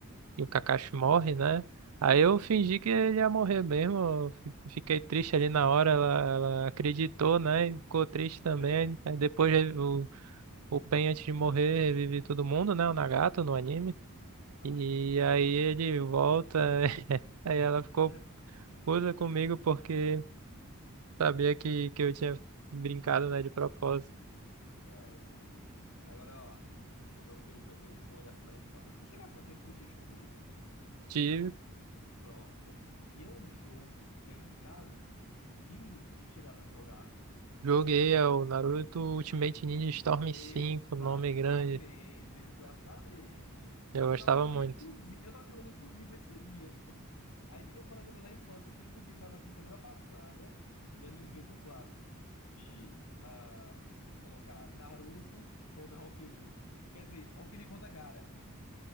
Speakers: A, on the right; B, on the left.
A: e o Kakashi morre, né? Aí
B: uhum,
A: eu fingi que ele ia morrer mesmo. eu fi- Fiquei triste ali na hora. Ela, ela acreditou, né? E ficou triste também.
B: sei.
A: Aí depois o, o Pen, antes de morrer, revive todo mundo, né? O Nagato no anime.
B: Aham.
A: E aí ele volta. <laughs> Aí ela ficou
B: <laughs>
A: usa comigo porque sabia que, que eu tinha brincado, né, de propósito.
B: Ah, entendi. Agora, ó, quando eu, eu, eu olhasse na infância, tu chegasse a ter PlayStation dois
A: Tive,
B: Pronto. Tinha um jogo que era de Naruto, de luta, tu chegasse a jogar.
A: joguei é o Naruto Ultimate Ninja Storm
B: Exatamente,
A: cinco nome grande.
B: exatamente.
A: Eu gostava
B: Eu tava jogando,
A: muito.
B: inclusive, eu tava jogando, inclusive, esses dias, pô. Aí tinha um colega meu da infância que, inclusive, estava aqui semana passada, e a gente fez o clássico de ah, colocar Naruto contra Rock Lee. Quer dizer, Rock Lee contra Gara